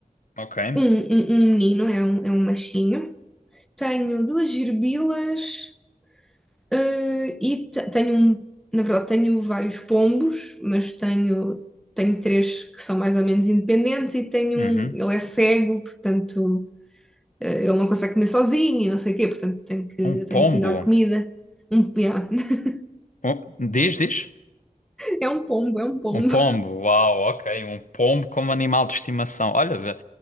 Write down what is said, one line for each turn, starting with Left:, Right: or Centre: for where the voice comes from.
Left: Ok.
Centre: um, um, um menino, é um, é um machinho, tenho duas gerbilas, Eh, e te- tenho, um- na verdade, tenho vários pombos, mas tenho, tenho três que são mais ou menos independentes e tenho
Left: Uhum.
Centre: um, ele é cego, portanto, eh, ele não consegue comer sozinho e não sei o quê, portanto, tenho que,
Left: Um pombo.
Centre: tenho que lhe dar comida. Um, yeah. <laughs>
Left: Um, diz, diz.
Centre: É um pombo, é um pombo.
Left: Um pombo, uau, ok. Um pombo como animal de estimação. Olha, já,